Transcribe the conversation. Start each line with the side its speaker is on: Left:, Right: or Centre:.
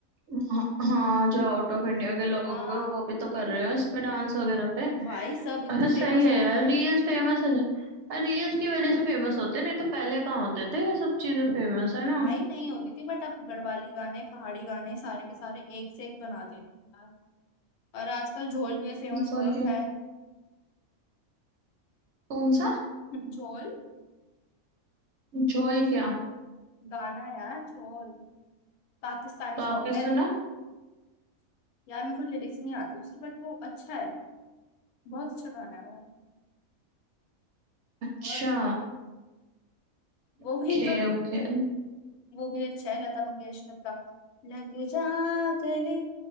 Right: हाँ हाँ, जो आउट ऑफ इंडिया के लोग
Left: हाँ
Right: हैं वो भी तो कर रहे हो इस पे डांस वगैरह पे
Left: भाई सब इतना
Right: अच्छा
Left: फेमस
Right: सही है
Left: हो
Right: यार
Left: गया
Right: रील्स
Left: है
Right: फेमस हो जाए रील्स की वजह से फेमस होते हैं, नहीं तो पहले कहाँ होते थे ये सब चीजें फेमस है ना
Left: भाई नहीं होती थी बट अब गढ़वाली गाने पहाड़ी गाने सारे के सारे एक से एक बना देते हैं यार। और आजकल झोल भी फेमस
Right: वही
Left: हो रखा है
Right: कौन सा
Left: झोल
Right: झोल क्या
Left: गाना है यार झोल पाकिस्तानी
Right: काके
Left: सॉन्ग है
Right: सुना
Left: यार मेरे को लिरिक्स नहीं आती उसकी बट वो अच्छा है बहुत अच्छा गाना है वो
Right: अच्छा
Left: बहुत अच्छा गाना वो
Right: Okay
Left: भी तो
Right: okay
Left: वो भी अच्छा है लता मंगेशकर का लग जा गले